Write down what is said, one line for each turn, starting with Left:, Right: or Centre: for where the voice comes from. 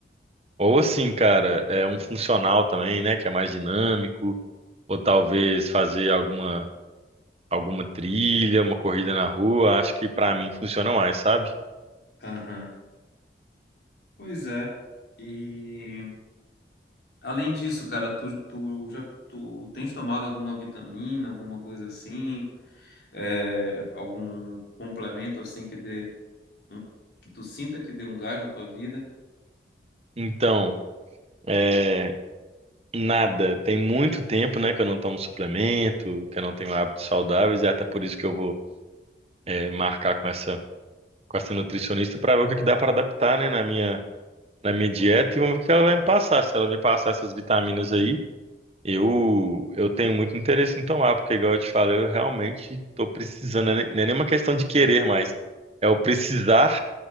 Right: ou assim, cara, é um funcional também, né? Que é mais dinâmico, ou talvez fazer alguma, alguma trilha, uma corrida na rua. Acho que pra mim funciona mais, sabe?
Left: aham. Pois é. E. Além disso, cara, tu, tu já tu tens tomado alguma vitamina, alguma coisa assim, é, algum complemento assim que dê um- que tu sinta que dê um gás na tua vida?
Right: Então, é, nada. Tem muito tempo, né, que eu não tomo suplemento, que eu não tenho hábitos saudáveis, e é até por isso que eu vou, é, marcar com essa, com essa nutricionista pra ver o que que dá pra adaptar, né, na minha. Na minha dieta e vamos ver o que ela vai me passar. Se ela me passar essas vitaminas aí, Eu, eu tenho muito interesse em tomar, porque, igual eu te falei, eu realmente estou precisando. Não é nem não é nem uma questão de querer mais. É o precisar